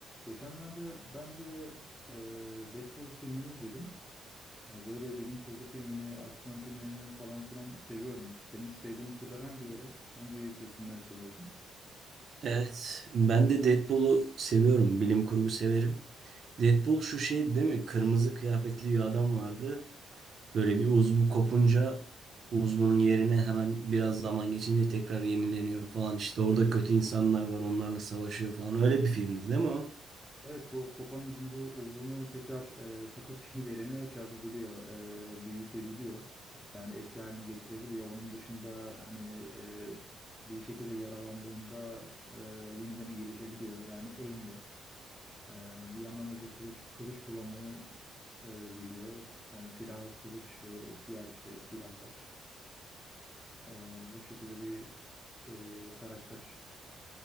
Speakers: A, in the centre; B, on the right.
A: Geçenlerde ben de e, Deadpool filmini izledim. E, böyle bilim kurgu filmini, aksiyon filmlerini falan filan seviyorum. Senin sevdiğin türler hangileri? Hangi tür filmler seviyorsun?
B: Evet, ben de Deadpool'u seviyorum. Bilim kurgu severim. Deadpool şu şey değil mi? Kırmızı kıyafetli bir adam vardı. Böyle bir uzvu kopunca uzvunun yerine hemen biraz zaman geçince tekrar yenileniyor falan. İşte orada kötü insanlar var, onlarla savaşıyor falan. Öyle bir filmdi değil mi o?
A: Evet, ko kopan uzunluğu, uzunluğu tekrar e, takıp <laughs> yerine şey yapabiliyor, e, büyütebiliyor. Yani eski haline getirebiliyor. Onun dışında hani e, bir şekilde yaralandığında e, yeniden iyileşebiliyor. Yani ölmüyor. Ee, bir yandan da işte kılıç, kılıç kullanmayı e, biliyor. Yani silahı kılıç ve diğer işte silahlar. Ee, bu şekilde bir e, karakter.